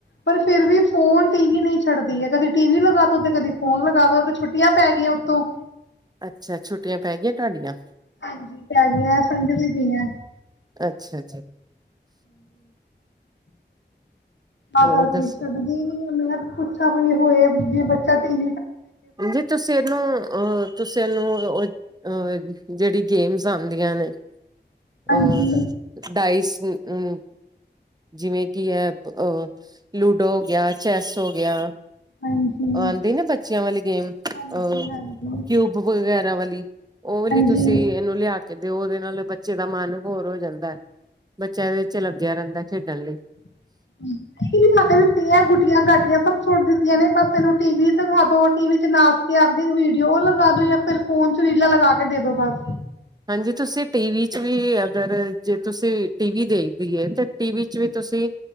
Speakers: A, on the left (about 80°); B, on the right (about 20°).
A: ਪਰ ਫਿਰ ਵੀ ਫੋਨ ਤੇ ਹੀ ਨਹੀਂ ਛੱਡਦੀ ਕਦੇ ਟੀਵੀ ਲਗਾ ਤਾ ਤੇ ਕਦੀ ਫੋਨ ਲਗਾ ਦੋ, ਛੁੱਟੀਆਂ ਪੈ ਗਈਆਂ ਉੱਤੋਂ,
B: ਅੱਛਾ ਛੁੱਟੀਆਂ ਪੈ ਗਈ ਤੁਹਾਡੀਆਂ,
A: ਹਾਂਜੀ ਪੈ ਗਈਆਂ ਸਨ ਜੀ, <unintelligible>
B: ਅੱਛਾ ਜੀ,
A: ਤਾ
B: ਹੋਰ
A: ਕਰਕੇ
B: ਦੱਸੋ
A: ਸਕਦੀ ਨੀ, ਮੈਂ ਪੁੱਛਾਂ ਬਈ ਹੋਏ ਜੇ ਬੱਚਾ ਟੀ
B: ਜੇ ਤੁਸੀਂ ਇਹਨੂੰ ਅਹ ਤੁਸੀਂ ਇਹਨੂੰ ਉਹ, ਅਹ ਜਿਹੜੀ ਗੇਮਸ ਆਦੀਆਂ ਨੇ,
A: ਹਾਂਜੀ
B: ਅਹ ਡਾਈਸ ਅਮ ਜਿਵੇਂ ਕਿ ਹੈ ਲੂਡੋ ਹੋ ਗਿਆ ਚੈਸ ਹੋ ਗਿਆ।
A: ਹਾਂਜੀ
B: ਆਦੀ ਨਾ ਬੱਚਿਆਂ ਵਾਲੀ ਗੇਮ ਅਹ
A: ਹਾਂਜੀ ਹਾਂਜੀ
B: ਕਿਊਬ ਵਗੈਰ ਰਾਵਲੀ, ਉਹ ਲਈ
A: ਹਾਂਜੀ
B: ਤੁਸੀਂ ਇਹਨੂੰ ਲਿਆ ਕੇ ਦਿਓ ਉਹਦੇ ਨਾਲ ਬ ਦਾ ਮਨ ਹੋੋਰ ਹੋ ਜਾਂਦਾ ਐ। ਬੱਚਾ ਵਿੱਚ ਲੱਗਿਆ ਰਹਿੰਦਾ ਖੇਡਣ ਲਈ,
A: <unintelligible> ਗੁੱਡੀਆਂ ਗਾਡੀਆਂ ਸਭ, ਸੁੱਟ ਦਿੱਤੀਆਂ ਨੇ ਬਸ ਇਹਨੂੰ ਟੀ ਵੀ ਦਿਖਾ ਦੋ ਟੀਵੀ ਚ ਨਾਚ ਕੇ ਆਦੀ ਵੀਡੀਓ ਲਗਾ ਦੋ ਜਾਂ ਫਿਰ ਫੋਨ ਚ ਰੀਲਾਂ ਲਗਾ ਕੇ ਦੇ ਦੋ ਬਸ
B: ਹਾਂਜੀ ਤੁਸੀਂ ਟੀਵੀ ਚ ਵੀ ਅਗਰ ਜੇ ਤੁਸੀਂ ਟੀਵੀ ਦੇਖਦੀ ਹੈ, ਤਾਂ ਟੀਵੀ ਵੀ ਤੁਸੀਂ